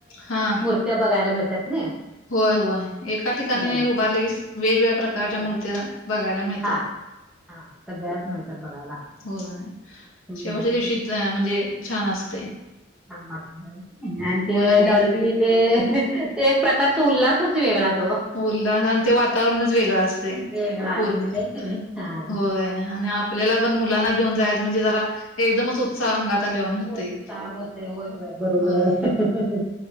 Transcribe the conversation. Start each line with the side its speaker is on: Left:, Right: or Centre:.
Left: हा
Centre: मूर्त्या बघायला मिळतात ना.
Left: होय होय एका ठिकाणी
Centre: हम्म.
Left: उभारले की वेगवेगळ्या प्रकारच्या
Centre: सगळ्या
Left: मूर्त्या बघायला मिळत.
Centre: हा हा तब्या आतम होळतात बघायला.
Left: हो शेवटच्या
Centre: हम्म
Left: दिवशीच म्हणजे छान असते.
Centre: छ आणि
Left: होय
Centre: ते
Left: आणि
Centre: डलबी ते. एक प्रकारचा उल्हासच वेगळा तो.
Left: उलला आणि ते वातावरणच वेगळं असते
Centre: वेगळा
Left: पूर्ण
Centre: असतो हे की नाही हा
Left: होय आणि आपल्याला पण मुलांना घेऊन जाय म्हणजे जरा हे एकदमच. उत्साह अंगात आल्यावाणी होतय
Centre: होता होते होय होय बरोबर
Left: होय.
Centre: आहे.